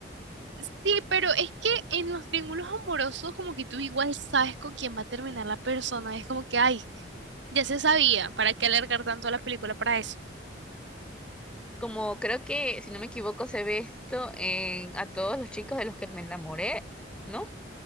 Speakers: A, on the right; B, in the centre.
A: Sí, pero es que en los triángulos amorosos como que tú igual sabes con quién va a terminar la persona, es como que, ay, ya se sabía, ¿para qué alargar tanto la película para eso?
B: Como creo que, si no me equivoco, se ve esto en a todos los chicos de los que me enamoré, ¿no?